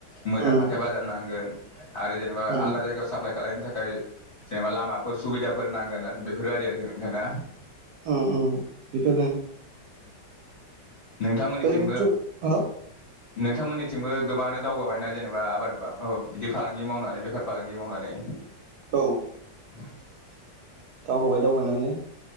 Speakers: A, on the left; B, on the right.
A: मोजां
B: उम
A: हाथाय बाजार नांगोन। आरो जेनेबा
B: उम
A: आलदा जायगायाव साप्लाय खालायनो थाखाय जेनेबा लामाफोर सुबिदाफोर नांगोन आरोखि बेफोरबायदि आरोखि नोंथां ना।
B: उम उम बेफोरनो।
A: नोंथांमोननिथिंबो
B: ओरैनोथ' हो
A: नोंथांमोननिथिंबो गोबाङानो दावगाबायना जेनेबा आबाद बिदि फालांगि मावनानै बेफार फालांगि मावनानै?
B: औ।
A: <inaudible>
B: दावगाबाय दावगानायालाय।